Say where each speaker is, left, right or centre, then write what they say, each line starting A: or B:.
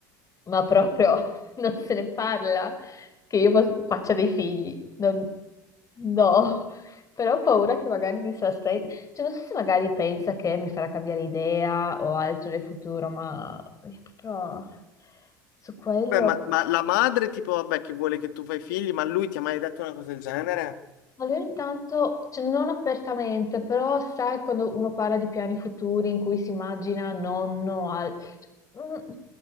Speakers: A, on the left (about 30°); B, on the left (about 70°).
A: ma proprio <laughs> non se ne parla, che io pos- faccia dei figli. Non- no, però ho paura che magari mi sarà spre- Cioè, non so se magari pensa che mi farà cambiare idea o altro nel futuro, ma io proprio su quello.
B: Beh, ma, ma la madre, tipo, vabbè, che vuole che tu fai figli, ma lui ti ha mai detto una cosa del genere?
A: Allora, intanto, cioè, non apertamente, però sai quando uno parla di piani futuri in cui si immagina nonno al... cioè, mm,